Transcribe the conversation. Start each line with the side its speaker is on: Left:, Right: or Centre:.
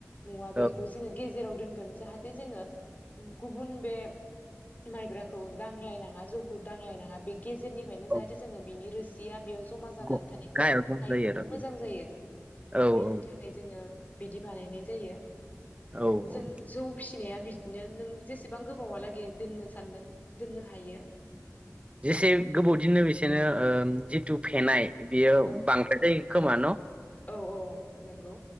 Left: मुवा बेखौ
Right: औ
Left: जोङो गेजेराव दोनगोन गोन जाहाथे जोङो गुबुन बे माइब्राखौ दांलायनाङा जौखौ दांलायनाङा बे गेजेरनिफ्रायनो
Right: औ
Left: जाहाथे जोङो बिनि रोसिया बेयाव जमा जानानै
Right: गाहायाव
Left: थानायखौ
Right: दंजायो
Left: हायखांनो
Right: आरो
Left: मोजां जायो
Right: औ
Left: बिनि थाखाय जोङो बिदि बानायनाय जायो
Right: औ
Left: जों
Right: औ
Left: जौ फिसि फिसिनाया बिदिनो नों जेसेबां गोबावहालागै दोननो सानदों दोननो हायो
Right: जेसे गोबावदिनो बिसेनो ओ जिथु फेनाय बियो
Left: औ
Right: बांद्राय जायो खोमा न
Left: औ औ नोंगौ